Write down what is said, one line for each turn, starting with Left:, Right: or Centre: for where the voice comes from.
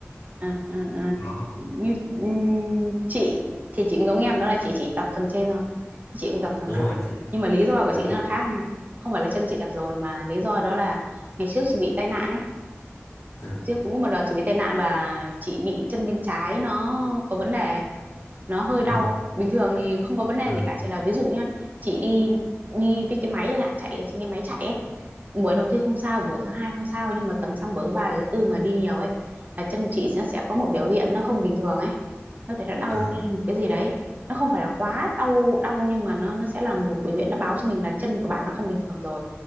Right: à, à, à.
Left: Đó,
Right: như ừm, chị thì chị cũng giống em đó là chị chỉ tập phần trên thôi chị cũng tập phần
Left: đúng
Right: dưới
Left: rồi chị.
Right: nhưng mà lý do của
Left: Đấy.
Right: chị nó là khác nha không phải là chân chị đập rồi mà lý do đó là ngày trước chị bị tai nạn ấy
Left: Ờ.
Right: trước cũng có một đợt chị bị tai nạn và chị bị chân bên trái nó có vấn đề nó hơi đau
Left: Ờ.
Right: bình thường thì không có vấn đề
Left: Ờ.
Right: gì cả chỉ là ví dụ nhá chị đi đi với cái máy là chạy ở trên cái máy chạy ấy buổi đầu tiên không sao buổi thứ hai không sao nhưng mà tầm sang buổi thứ ba thứ tư mà đi nhiều ấy là chân chị nó sẽ có một biểu hiện nó không bình thường ấy nó thấy nó đau
Left: Ờ.
Right: hay là một cái gì đấy nó không phải là quá đau đau nhưng mà nó nó sẽ là một biểu hiện nó báo cho mình là chân của bạn nó không bình thường rồi